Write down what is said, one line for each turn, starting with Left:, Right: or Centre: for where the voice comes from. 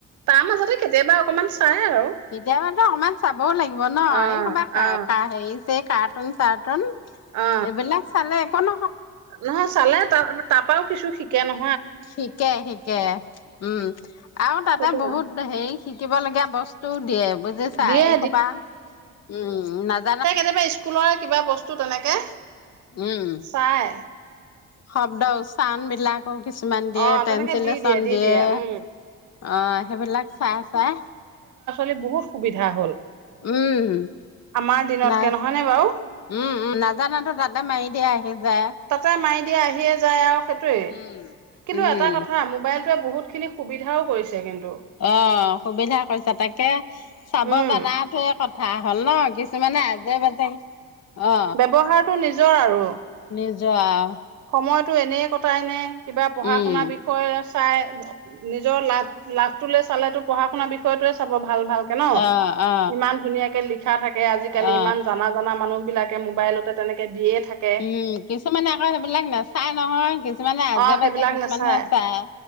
Right: তাৰ মাজতে কেতিয়াবা অকমান চাই আৰু
Left: এতিয়া মানে অকণমান চাবও লাগিব ন
Right: অ
Left: এই কৰবাত
Right: অ
Left: কা হেৰি এই কাৰ্টুন চাৰ্টুন
Right: অ
Left: এইবিলাক চালে হ ন
Right: নহয় চালে তাৰ তাৰ পাওঁ কিছু শি কে ন
Left: শিকে শিকে উম আৰু তাতে
Right: সেইটো কাৰ
Left: বহুত হেৰি শিকিব লগীয়া বস্তুও দিয়ে বুজিছা
Right: দিয়ে
Left: এই সোপা উম নাজ
Right: সেই কেতিয়াবা স্কুলৰ কিবা বস্তু তেনেকে
Left: উম
Right: চাই
Left: শব্দ উচ্চাৰণ বিলাক অ কিছুমান দিয়ে
Right: অ তেনেকে
Left: টেঞ্চিলিচন
Right: দি দি
Left: দিয়ে অ
Right: উম
Left: সেইবিলাক চাই চাই
Right: লী বহুত সুবিধা হ'ল।
Left: উম
Right: আমাৰ দিনতকে
Left: নাই
Right: নহয়নে বাৰু
Left: উম উম নাজানাতো তাতে মাৰি দিয়া আহি যায়
Right: তাত মাই এতিয়া আহিয়ে যায় আও সেইটোৱে,
Left: উম
Right: কিন্তু
Left: উম
Right: এটা কথা মোৱাইল টোৱে বহুতখিনি সুবিধাও কৰিছে। কিন্তু
Left: অ সুবিধা কৰিছে তাকে চাব
Right: উম
Left: জানা টোয়ে ক হা হল ন কিছুমানে আজে বাজে অ
Right: ব্যৱহাৰতো নিজৰ আৰু,
Left: নিজৰ আও
Right: সময়তো এনেই কটাই নে কিবা পঢ়া
Left: উম
Right: শুনা বিষয় আছে চাই নিজৰ লাভ লাভটোলে চালে তো পঢ়া শুনাৰ বিষয়টোয়ে চাব ভাল ভাল ন
Left: অ অ
Right: ইমান ধুনীয়াকে লিখে শিকা থাকে আজিকালি
Left: অ
Right: ইমান জানা জানা মানুহ মোৱাইলতে তেনেক দিয়ে থাকে
Left: উম কিছুমানে আকৌ সেইবিলাক নাচায় নহয় কিছুমানে আজে
Right: অ', সেইবিলাক
Left: বাজে কিছুমানে
Right: নাচায়
Left: চাই